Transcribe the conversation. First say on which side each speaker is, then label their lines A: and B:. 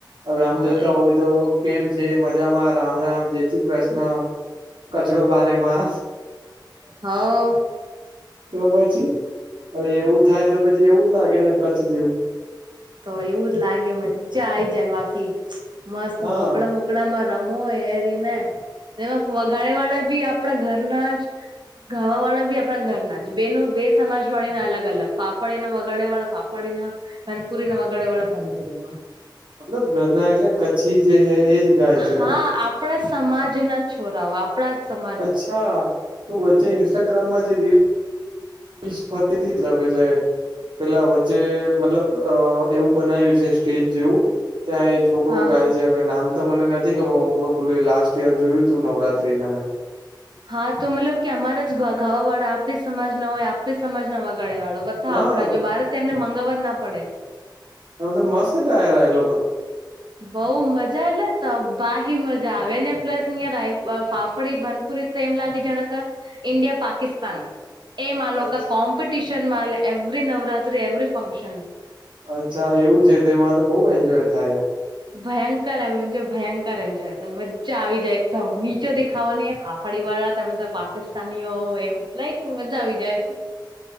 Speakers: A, on the right; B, on the right.
A: હવે આમ
B: હા
A: જોતા
B: એ
A: હોય તો કેમ છે મજામાં રામ રામ જય શ્રી કૃષ્ણ કચરો બારે માસ.
B: હ
A: તો પછી હવે એવું થાય તો પછી એવું જ લાગે ને કચ્છ જેવું.
B: તો એવું જ લાગે મજા આઈ જાય બાકી મસ્ત
A: હા
B: મોકળા મોક કડામાં રમો એરીને એમાં વઘાડે વાળા બી આપડા ઘરના જ ગાવા વાળા બી આપડા ઘરના જ બે ન બે સમાજ વાળી ના અલગ અલગ ફાફડે વગડે વાળા ફાફ ડી ના ભનપુરીના વગડે વાળા ભનપુરીમાં.
A: મતલબ ઘરના એટલે કચ્છી જે હ એજ ગાય છે
B: હા
A: એમ
B: આપણા સમાજના છોરાઓ આપણા સમાજ.
A: અચ્છા તો વચ્ચે ઇન્સ્ટાગ્રામમાં જે રિ લ્સ ફરતી એટલે પેલા વચ્ચે મતલબ અ એવું બનાવ્યું છે. સ્ટેજ જેવું ત્યાં એ છોકરો
B: હા
A: ગાય
B: હા
A: છે હવે નામ તો મને નથી ખબર હું પુલી લાસ્ટ ઈયર જોયું તું નવરાત્રીને મેં.
B: હા તો મતલબ કે અમારા જ ગાવા વાળા આપણી સમાજના હોય આપણી સમાજના વાગ ગળે વાળો બધા
A: હા
B: આપડા જો બહાર થી એને મંગાવવા જ ના પડે.
A: એ તો મસ્ત ગાય રહ એ લોકો.
B: બઉ મજા એટલે તબાહી મજા આવે ને પ્લસ અહિયાં રા ફાફડી બન એમ લાગે જાણક ઇન્ડિયા પાકિસ્તાન. એમાં લોકો
A: અચ્છા
B: ક કોમ્પિટિશન માં એવરી નવરાત્રી એવરી ફંક્શન.
A: અચ્છા એવું છે તો એમાં તો બહુ એન્જોય થાય.
B: ભયંકર એજ ભયંકર એન્જય મજ્જા આવી જાય એકદમ નીચો દેખાવાની ફ પડીવાળા તમે તો પાકિસ્તાનીઓ એમ લાઈક મજા આવી જાય.